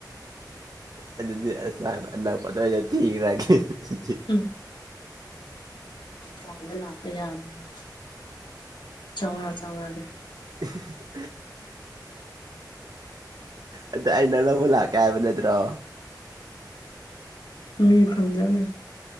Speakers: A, on the right; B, on the left.
A: ꯑꯗꯨꯗꯤ ꯑꯁ ꯍꯥꯏꯕ ꯑꯅꯛꯄ ꯑꯗꯥꯏꯗ ꯊꯤꯈ꯭ꯔꯒꯦ ꯗꯨꯗꯤ
B: ꯎꯝ ꯇꯥꯜꯗ ꯂꯥꯛꯄ ꯌꯥꯕꯅꯤꯅ ꯆꯝꯉꯥ ꯆꯝꯉꯥꯒꯤ
A: <inaudible> ꯑꯗꯩ ꯑꯩꯅ ꯂꯧꯕ ꯂꯥꯛꯀꯦ ꯍꯥꯏꯕ ꯅꯠꯇ꯭ꯔꯣ
B: ꯃꯤ ꯐꯪꯗꯂꯩ